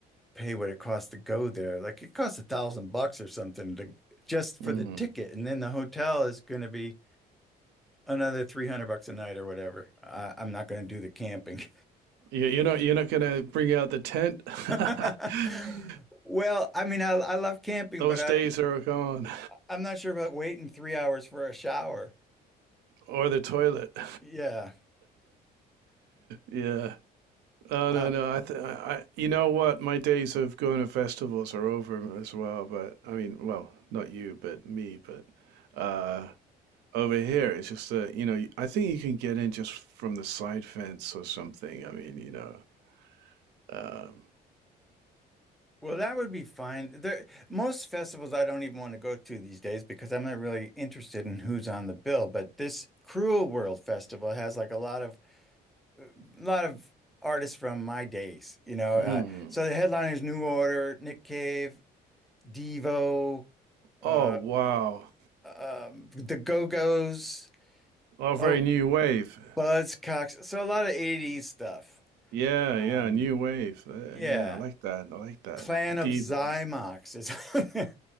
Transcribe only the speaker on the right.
mm,
you you're not you're not gonna bring out the tent.
<laughs>
Those
days are gone,
or the toilet. <laughs>
Yeah. No, no,
no. I, th- I, you know what? My days of going to festivals are over as well. But I mean, well, not you, but me. But uh, over here, it's just uh, you know, I think you can get in just from the side fence or something. I mean, you know. Um,
mm.
Oh
wow!
Oh, very
new wave.
Yeah, yeah,
new wave. Uh,
yeah, I like that. I like that.
Devo.